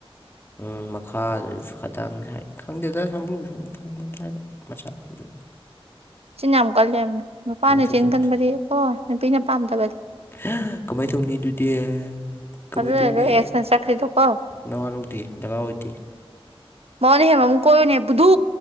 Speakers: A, on the left; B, on the right.
A: ꯎꯝ ꯃꯈꯥꯗꯨꯁꯨ ꯈꯗꯥꯥꯡ ꯁꯥꯏ ꯈꯪꯗꯦꯗ ꯁꯝꯝꯕ꯭ꯔꯨ ꯁꯨꯝ ꯊꯨꯡꯕ꯫ <inaudible>
B: ꯆꯤꯟ ꯌꯥꯝ ꯀꯜꯂꯦꯕꯅ ꯅꯨꯄꯥꯅ
A: ꯌꯦꯡꯁꯤꯜꯂꯨꯗꯦ
B: ꯆꯤꯟꯒꯟꯕꯗꯤ ꯀꯣ ꯅꯨꯄꯤꯅ ꯄꯥꯝꯗꯕꯅꯤ꯫
A: <unintelligible> ꯀꯃꯥꯏ ꯇꯧꯅꯤ ꯑꯗꯨꯗꯤ ꯀꯃꯥꯏ
B: ꯑꯗꯨꯅ
A: ꯇꯧꯅꯤ꯫
B: ꯅꯣꯏ ꯑꯦꯛꯁꯅ ꯆꯠꯈ꯭ꯔꯤꯗꯣꯀꯣ
A: ꯅꯋꯥ ꯂꯧꯗꯦ ꯗꯔꯀꯥꯔ ꯑꯣꯏꯗꯦ꯫
B: ꯃꯉꯣꯟꯗꯩ ꯍꯦꯟꯕ ꯑꯃ ꯀꯣꯏꯌꯨꯅꯦ ꯕꯨꯗꯨ꯫